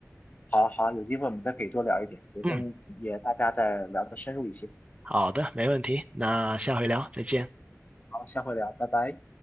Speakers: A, on the left; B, on the right.
A: 好好，有机会我们再可以多聊一点，也跟也大家再聊得深入一些。
B: 嗯，好的，没问题。那下回聊，再见。
A: 好，下回聊，拜拜。